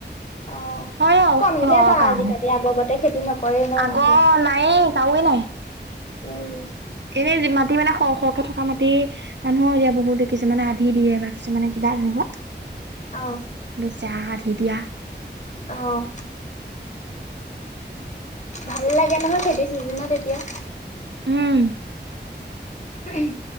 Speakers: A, on the left; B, on the right.
A: অ',
B: হয় অ
A: কমিলে
B: ঘৰৰ
A: বাৰু
B: কাৰণে
A: আজিকালি আগৰ গতে খেতি নকৰে ন
B: আগৰ
A: মানুহে।
B: নাইৱে কাৱে নাই
A: উম
B: এনেই যি মাটি মানে শ শকে থকা মাটি মানুহৰ এতিয়া বহুতে কিছুমানে আধি দিয়ে বা কিছুমানে কিব বা তেনেকুৱা
A: অ',
B: বচা আধি দিয়া
A: অহ ভাল লাগে নহয় খেতি চিজনত এতিয়া
B: উম
A: উম